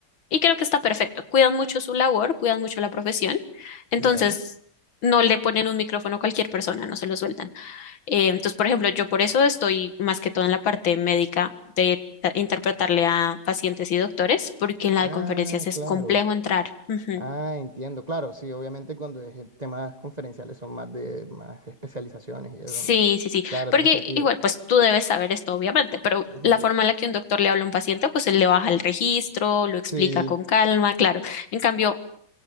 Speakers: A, on the left (about 80°); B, on the right (about 25°).
A: Y creo que está perfecto. Cuidan mucho su labor, cuidan mucho la profesión. Entonces,
B: ya.
A: no le ponen un micrófono a cualquier persona, no se lo sueltan. Eh, entonces, por ejemplo, yo por eso estoy más que todo en la parte médica de ta- interpretarle a pacientes y doctores, porque en la
B: Ah,
A: de conferencias es
B: claro.
A: complejo entrar. Ujú.
B: Ah, entiendo. Claro, sí, obviamente cuando es eh, temas conferenciales son más de más especializaciones y eso,
A: Sí,
B: ¿no?
A: sí, sí,
B: Claro,
A: porque
B: tiene sentido.
A: igual, pues tú debes saber esto, obviamente, pero
B: Ujú.
A: la forma en la que un doctor le habla a un paciente, pues él le baja el registro, lo explica
B: Sí.
A: con calma, claro. En cambio,